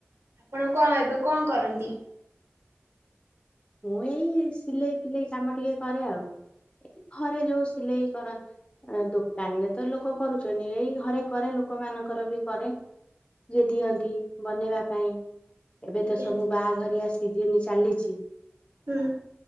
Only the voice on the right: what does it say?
ଆପଣ କଣ ଏବେ କଣ କରନ୍ତି?
ଆଜ୍ଞା।
ହୁଁ।